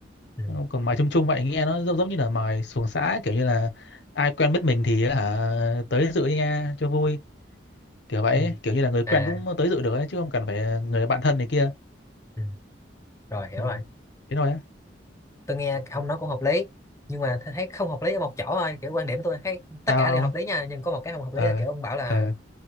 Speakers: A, on the left; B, on the left.
A: ừ.
B: còn mài chung chung vậy nghe nó giống giống như là mài xuồng xã kiểu như là ai quen biết mình thì hả tới dự nha cho vui kiểu vậy
A: Ừ.
B: ấy. kiểu như là người quen
A: à
B: cũng tới dự được ấy, chứ không cần phải người bạn thân này kia
A: ừ. rồi hiểu
B: ừ.
A: rồi
B: thế thôi á
A: tôi nghe ông nói cũng hợp lý nhưng mà tôi thấy không hợp lý ở một chỗ thôi kiểu quan điểm tôi thấy tất
B: tao
A: cả đều hợp lý nha nhưng có một cái không hợp
B: ờ
A: lý là kiểu ông bảo là
B: ờ